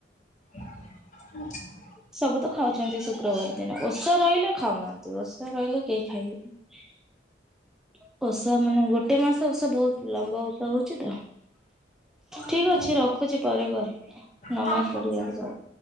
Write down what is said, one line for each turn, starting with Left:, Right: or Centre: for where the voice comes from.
Left: ଆ <inaudible>
Centre: ସବୁ ତ ଖାଉଛନ୍ତି ଶୁକ୍ରବାର ଦିନ। ଓଷା ରଇଲେ ଖାଉନାହାନ୍ତି। ଓଷା ରଇଲେ କେହି ଖାଇବେନି। ଓଷା ମାନେ ଗୋଟେ ମାସ ଓଷା ବହୁତ ଲମ୍ବା ଓଷା ହଉଛି ତ। ଠିକ
Left: ହଁ
Centre: ଅଛି ରଖୁଛି, ପରେ କରିବି ନମାଜ
Left: ହଁ
Centre: ପଢିବାକୁ
Left: ହଁ।
Centre: ଯାଉ